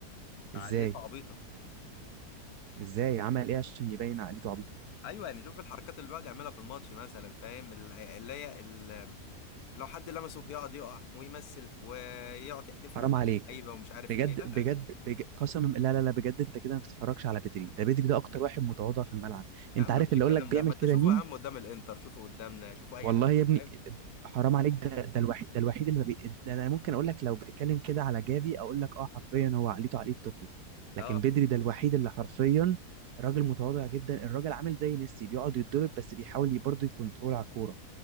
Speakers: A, on the left (about 70°); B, on the right (about 75°).
A: عقليته
B: ازاي
A: عبيطه
B: ازاي عمل ايه عشان يبين عقليته عبيطه
A: ايوه يعني شوف الحركات اللي بيقعد يعملها في الماتش مثلا فاهم ال- اللي هي ال- لو حد لمسه يقعد يقع ويمثل ويقعد يحتفل
B: حرام
A: قدام
B: عليك
A: اللعيبه ومش عارف
B: بجد
A: ايه لا
B: بجد, بجد قسما لا لا لا بجد انت كده ما تتفرجش على بدري ده بدري ده اكتر واحد متواضع في الملعب
A: يا
B: انت
A: عم
B: عارف
A: مفيش
B: اللي
A: الكلام
B: اقول لك بيعمل
A: ده ما انت
B: كده
A: شوفه
B: مين
A: يا عم قدام الانتر شوفه قدامنا شوفه اي
B: والله
A: حاجه
B: يا ابني
A: فاهم
B: حرام عليك ده ده الوحيد ده الوحيد اللي ما بي... ده انا ممكن اقول لك لو بتتكلم كده على جافي اقول لك اه حرفيا هو عقليته عقلية طفل لكن
A: اه
B: بدري ده الوحيد اللي حرفيا راجل متواضع جدا الراجل عامل زي ميسي بيقعد يتضرب بس بيحاول برضه يكنترول على الكوره